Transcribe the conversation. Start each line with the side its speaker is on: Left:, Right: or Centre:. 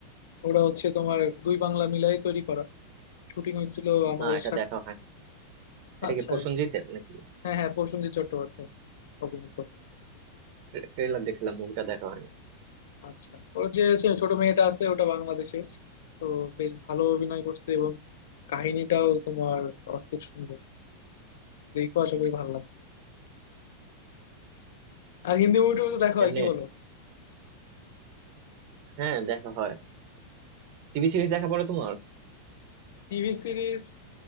Left: ওটা হচ্ছে তোমার দুই বাংলা মিলাই তৈরি করা শুটিং হয়েছিল আমাদের
Right: না এটা
Left: সাথে
Right: দেখা হয় এটা
Left: আচ্ছা
Right: কি প্রসেনজিতের নাকি
Left: হ্যাঁ হ্যাঁ প্রসেনজিৎ চট্টোপাধ্যায় অভিনীত
Right: ট্রেলার দেখছিলাম মুভিটা দেখা হয়নি
Left: আচ্ছা ওর যে হচ্ছে ছোট মেয়েটা আছে ওটা বাংলাদেশের তো বেশ ভালো অভিনয় করছে এবং কাহিনীটাও তোমার অস্থির সুন্দর দেখো আশা করি ভালো লাগে আর হিন্দি মুভি টুভি তো দেখা হয়
Right: এমনি
Left: কি বলো
Right: হ্যাঁ দেখা হয় টিভি সিরিজ দেখা পড়ে তোমার
Left: TV series